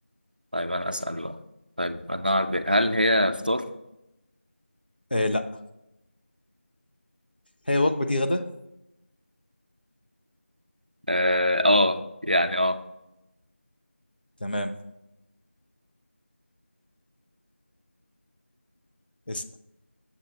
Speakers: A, on the right; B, on the left.
A: طيب انا اسال بقى طيب انا غربيه هل هي فطار
B: آه لا هي الوجبه دي غدا
A: اه آه، يعني اه
B: تمام اسال